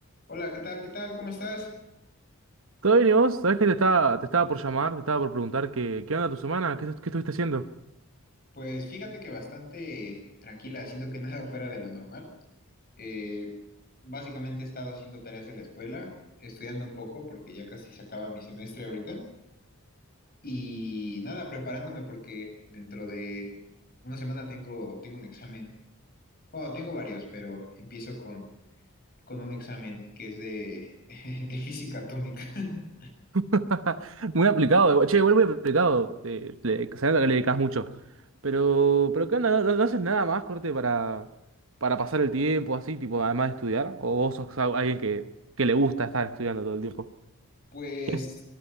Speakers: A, on the left (about 45°); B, on the right (about 60°).
A: Hola, ¿qué tal? ¿Qué tal? ¿Cómo estás?
B: ¿Todo bien y vos? ¿Sabés que te estaba, te estaba por llamar? Te estaba por preguntar qué, qué onda tu semana, qué, qué estuviste haciendo.
A: Pues fíjate que bastante tranquila, siento que <laughs> nada fuera de lo normal. Eh, básicamente he estado haciendo tareas de la escuela, estudiando un poco porque ya casi se acaba mi semestre ahorita. Y nada, preparándome porque dentro de una semana tengo, tengo un examen. Bueno, tengo varios, pero empiezo con, con un examen que es de, <laughs> de física atómica. <laughs>
B: <laughs> Muy aplicado, eh. che, igual muy aplicado. Eh, le- se nota que le dedicas mucho. Pero, pero ¿qué onda? ¿No, no- no haces nada más, corte, para, para pasar el tiempo así, tipo, además de estudiar? ¿O vos sos al- alguien que, que le gusta estar estudiando todo el tiempo?
A: Pues
B: ¿Qué,